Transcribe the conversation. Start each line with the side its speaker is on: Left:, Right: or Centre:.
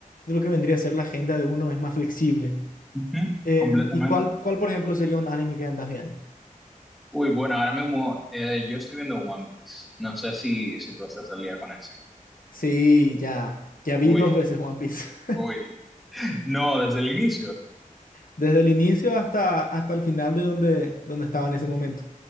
Left: de lo que vendría a ser la agenda de uno, es más flexible.
Centre: Ujú,
Left: Em,
Centre: completamente.
Left: ¿y cuál, cuál, por ejemplo, sería un anime que andas viendo?
Centre: Uy, bueno, ahora mismo eh, yo estoy viendo One Piece. No sé si, si tú estás al día con ese.
Left: Sí, ya, ya vi
Centre: Uy,
Left: dos veces One Piece. <laughs>
Centre: uy. No, desde el inicio. <laughs>
Left: Desde el inicio hasta, hasta el final de donde, donde estaba en ese momento.